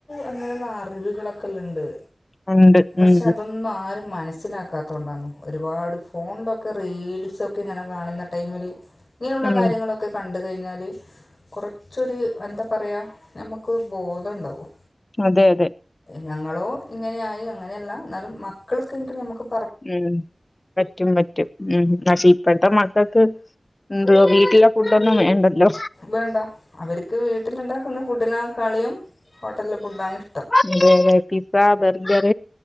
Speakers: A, on the left; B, on the left.
A: അങ്ങനെയുള്ള അറിവുകളൊക്കെല്ലുണ്ട്
B: ഉണ്ട്.
A: പക്ഷെ
B: ഉം.
A: അതൊന്നും ആരും മനസ്സിലാക്കാ തൊണ്ടാന്നു ഒരുപാട് ഫോണിലൊക്കെ റീൽസൊക്കെ ഇങ്ങനെ കാണുന്ന ടൈമില് ഇങ്ങനെയുള്ള
B: ഉം.
A: കാര്യങ്ങളൊക്കെ കൺ ണ്ട് കഴിഞ്ഞാൽ കുറച്ചൊരു എന്താ പറയുക നമുക്ക് ബോധം ഉണ്ടാവും
B: അതെ അതെ.
A: ഞങ്ങളോ ഇങ്ങനെയായി അങ്ങനെയല്ല എന്നാലും മക്കൾക്കെങ്കിലും നമ്മുക്ക്
B: ഉം പറ്റും പറ്റും ഉം പക്ഷെ ഇപ്പത്തെ മക്കൾക്ക് എന്താ ഈ ല്ല ഫുഡ് ഒന്നും വേണ്ടല്ലോ
A: വേണ്ട അവർക്ക് വീട്ടിലുണ്ടാക്കുന്ന ഫുഡിന കളിയും ഹോട്ടലില് ഫുഡാണ് ഇഷ്
B: അതേ പിസ ബർഗർ